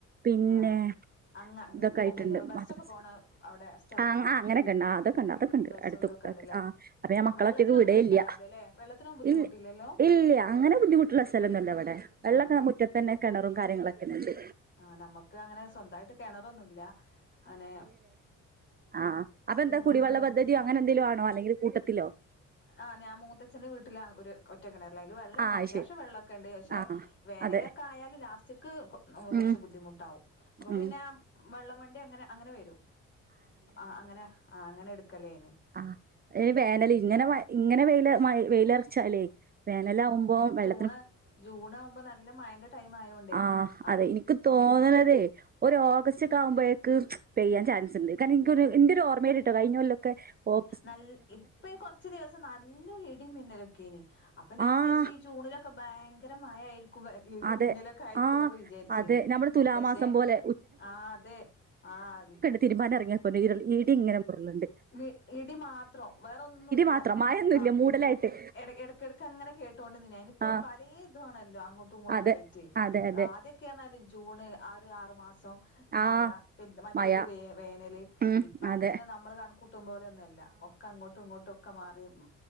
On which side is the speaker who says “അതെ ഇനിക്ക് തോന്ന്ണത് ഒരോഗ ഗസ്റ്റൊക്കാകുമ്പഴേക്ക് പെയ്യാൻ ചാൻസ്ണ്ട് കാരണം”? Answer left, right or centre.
Right